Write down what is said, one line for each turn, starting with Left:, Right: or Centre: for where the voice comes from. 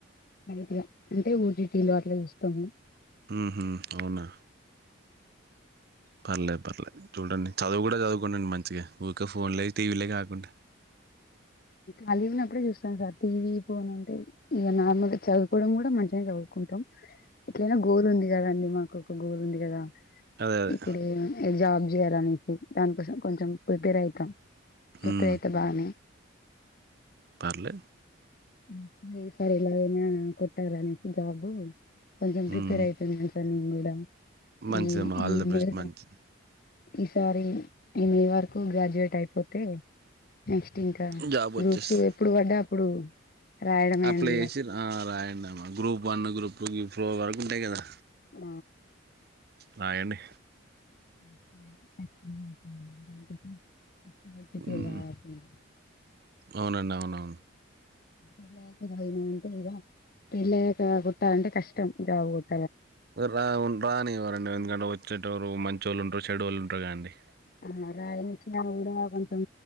Left: లైట్ గా అంటే ఓటిటి లో అట్లా చూస్తాము.
Right: ఉహు అవునా పర్లేదు పర్లేదు చూడండి చదువు కూడా చదువుకునండి మంచిగా ఊక ఫోన్లే టీవీలే కాకుండా
Left: కలిగా ఉనప్పుడే చూస్తాన్ సార్ టీవీ ఫోన్ అంటే ఇగ నార్మల్ గా చదువుకోవడం గుడా మంచిగానే చ సదుకుంటాం ఇట్లైన గోలు ఉంది కదండి మాకు ఒక గోల్ ఉంది కదా
Right: అదే అదే
Left: ఇప్పుడు జాబ్ చేయాలనేసి దానికోసం కొంచెం ప్రిపేర్ అయితాం
Right: హ్మ్
Left: ప్రిపేర్ అయితే బానే
Right: పర్లే
Left: హ్మ్ ఈసారిలయినా కొట్టాలని జాబు కొంచెం
Right: హ్మ్
Left: ప్రిపేర్ అయితున్న సార్ నేను కూడా
Right: మంచిదమ్మా
Left: హ్మహమ్
Right: ఆల్ ద బెస్ట్
Left: లేదా
Right: మంచిది
Left: ఈసారి మీ వరకు గ్రాడ్యుయేట్ అయిపోతే నెక్స్ట్ ఇంకా
Right: జాబ్ వచ్చేసి
Left: గ్రూప్స్ ఎప్పుడుపడ్డ అప్పుడు రాయడమే
Right: అప్లై
Left: అండి ఇక
Right: చేసి రా ఆ రాయండి అమ్మా group one group two four వరకు ఉంటాయి కదా
Left: ఆ
Right: రాయండి
Left: <unintelligible> ఇగ ప్రిపేరే
Right: హ్మ్
Left: కావాల్సిందే
Right: అవునండి అవునవును
Left: అంటే ఇక పెళ్ళయాక కొట్టాలంటే కష్టం జాబు కొ
Right: రావున్ రానివ్వారండి ఎందుకు అంటే ఓరు మంచోళ్ళు ఉంటారు చెడోళ్ళు ఉంటారకదండీ
Left: ఆ రాయనిచ్చినా కూడా కొంచెం